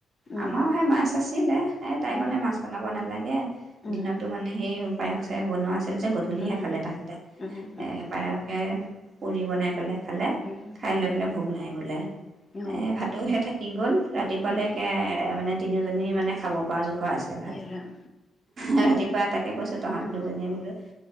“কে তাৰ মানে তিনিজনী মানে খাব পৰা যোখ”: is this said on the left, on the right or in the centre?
Right